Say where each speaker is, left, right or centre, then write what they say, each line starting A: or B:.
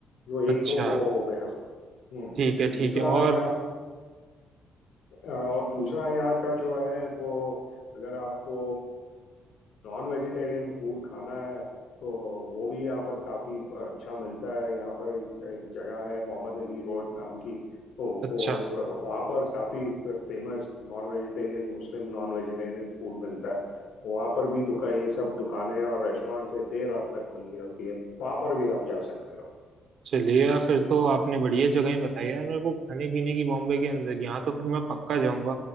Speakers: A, on the left; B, on the right.
A: जो एक
B: अच्छा
A: तो वो हो गया हम्म
B: ठीक है ठीक
A: दूसरा
B: है और
A: यहाँ और दूसरा यहाँ का जो है वो अगर आपको नॉन वेजिटेरियन फूड खाना है तो वो भी यहाँ पर काफी अच्छा मिलता है यहाँ पर एक, एक जगह है मोहम्मद अली रोड नाम की तो
B: अच्छा
A: वो वहाँ पर काफी famous non vegetarian Muslim non vegetarian food मिलता है वहाँ पर भी दुकान ये सब दुकानें और रेस्टोरेंट से देर रात तक खुली रहती है वहाँ पर भी आप जा सकते हो
B: चलिए यार फिर तो आपने बढ़िया जगह बताई यार मेरे को खाने पीने की बॉम्बे के अंदर यहाँ तो फिर मैं पक्का जाऊंगा